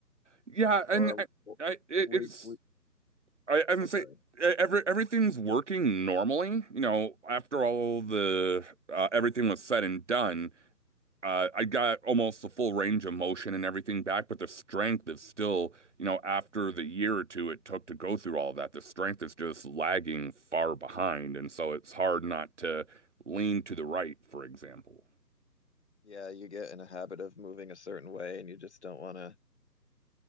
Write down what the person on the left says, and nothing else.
Or
w-
were,
I'm
sorry.
Yeah, you get in a habit of moving a certain way and you just don't want to